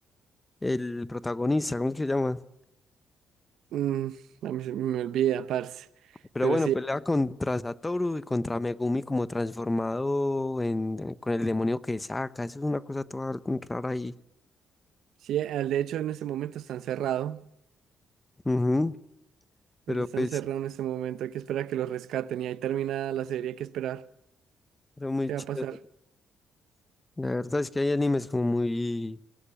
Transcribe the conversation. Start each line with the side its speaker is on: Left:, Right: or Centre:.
Left: el protagonista, ¿cómo es que se llama?
Right: Mm, a mí se me olvida, parce.
Left: Pero
Right: Pero
Left: bueno,
Right: sí,
Left: pelea contra Satoru y contra Megumi como transformado en, con el demonio que saca, eso es una cosa toda rara ahí.
Right: sí, eh, de hecho en este momento está encerrado.
Left: Ujú, Pero
Right: Él está
Left: pues,
Right: encerrado en este momento, hay que esperar a que lo rescaten y ahí termina la serie, hay que esperar.
Left: pero muy
Right: ¿Qué
Left: chido.
Right: va a pasar?
Left: La verdad es que hay animes como muy